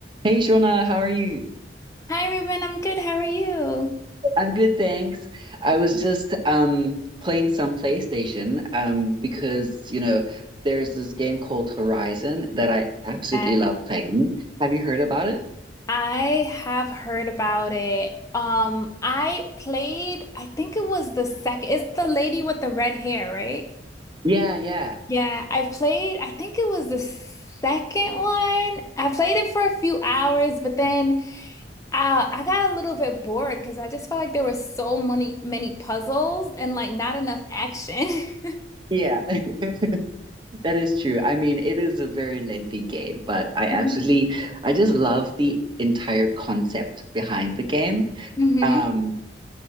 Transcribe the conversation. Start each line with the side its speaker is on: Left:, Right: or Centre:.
Right: Hey Shona, how are you?
Left: Hi, Ruben. I'm good. How are you?
Right: I'm good, thanks. I was just um playing some PlayStation um because, you know, there's this game called Horizon that I absolutely
Left: Uh,
Right: love playing. Have you heard about it?
Left: I have heard about it. Um, I played, I think it was the second, it's the lady with the red hair, right?
Right: Yeah, yeah.
Left: Yeah, I played, I think it was the second one. I played it for a few hours, but then uh, I got a little bit bored because I just felt like there were so many, many puzzles and like not enough action. <laughs>
Right: Yeah. <laughs> That is true. I mean, it is a very lengthy game, but I absolutely
Left: Mm.
Right: I just love the entire concept behind the game.
Left: Mm-hmm.
Right: Um